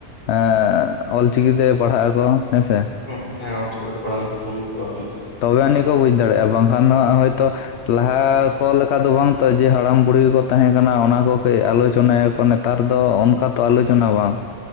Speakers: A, on the left; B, on the left.
A: ᱮᱸ ᱚᱞᱪᱤᱠᱤ ᱛᱮ ᱯᱟᱲᱦᱟᱜ ᱟᱠᱚ ᱦᱮᱸ ᱥᱮ
B: <unintelligible> ᱦᱮᱸ ᱚᱞᱪᱤᱠᱤ ᱛᱮ ᱠᱚ ᱯᱟᱲᱦᱟᱣ ᱞᱮᱱᱠᱷᱟᱱ ᱠᱚ ᱵᱩᱡᱽ ᱫᱟᱲᱮᱭᱟᱜᱼᱟ, ᱵᱟᱝᱠᱷᱟᱱ
A: ᱛᱚᱵᱮ ᱟᱹᱱᱤᱡ ᱠᱚ ᱵᱩᱡᱽ ᱫᱟᱲᱮᱜᱼᱟ ᱵᱟᱝᱠᱷᱟᱱ ᱫᱚ ᱦᱟᱸᱜ ᱦᱚᱭᱛᱳ ᱞᱟᱦᱟ ᱠᱚ ᱞᱮᱠᱟ ᱫᱚ ᱵᱟᱝ ᱱᱤᱛᱚᱜ ᱡᱮ ᱦᱟᱲᱟᱢ ᱵᱩᱲᱦᱤ ᱠᱚ ᱛᱟᱦᱮᱸ ᱠᱟᱱᱟ ᱚᱱᱟ ᱠᱚ ᱠᱟᱹᱡ ᱟᱞᱳᱪᱚᱱᱟᱭᱟ ᱠᱚ ᱱᱮᱛᱟᱨ ᱫᱚ ᱚᱱᱠᱟ ᱛᱚ ᱟᱞᱳᱪᱚᱱᱟ ᱵᱟᱝ